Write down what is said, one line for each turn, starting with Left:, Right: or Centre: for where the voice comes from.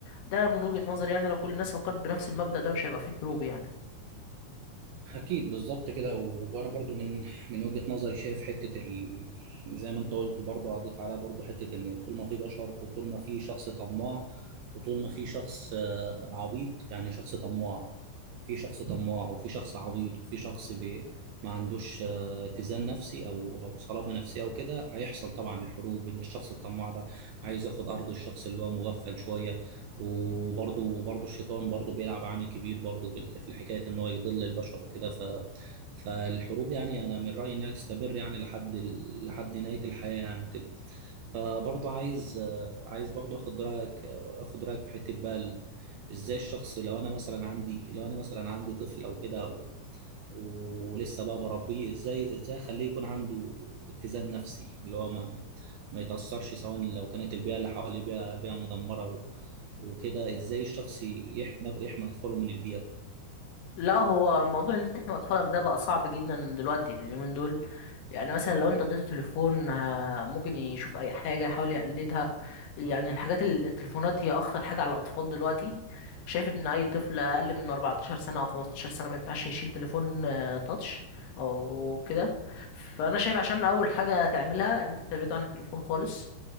Left: ده من وجهه نظري يعني لو كل الناس فكرت بنفس المبدا ده مش هيبقى فيه حروب يعني
Right: أكيد بالظبط كده وأنا برضو من من وجهة نظري شايف حتة ال... زي ما أنت قلت برضو أضيف عليها برضو حتة إن طول ما في بشر وطول ما في شخص طماع وطول ما في شخص آه، عبيط يعني شخص طماع في شخص طماع وفي شخص عبيط وفي شخص بي... ما عندوش آه، اتزان نفسي أو أو صلابة نفسية أو كده هيحصل طبعا الحروب إن الشخص الطماع ده عايز ياخد أرض الشخص اللي هو مغفل شوية وبرضه وبرضه الشيطان برضه بيلعب عامل كبير برضه في ال- في الحكايه ان هو يضل البشر وكده ف فالحروب يعني انا من رايي انها تستمر يعني لحد ال- لحد نهايه الحياه يعني وكده فبرضه عايز آه، عايز برضه اخد رايك آه، اخد رايك في حته بقى ال- ازاي الشخص لو انا مثلا عندي لو انا مثلا عندي طفل او كده ولسه بقى بربيه ازاي ازاي اخليه يكون عنده اتزان نفسي اللي هو ما ما يتأثرش سواء لو كانت البيئة اللي حواليه بيئة بيئة مدمرة و... وكده ازاي الشخص يحمي يحمي اطفاله من البيئة
Left: لا هو الموضوع اللي انت تحمي اطفالك ده بقى صعب جدا دلوقتي في اليومين دول يعني مثلا لو انت اديته تليفون آه، ممكن يشوف اي حاجه يحاول يقلدها يعني الحاجات ال- التليفونات هي اخطر حاجه على الاطفال دلوقتي شايف ان اي طفل اقل من 14 سنه او 15 سنه ما ينفعش يشيل تليفون آه، تاتش او كده فانا شايف عشان اول حاجه تعملها ان انت تبعده عن التليفون خالص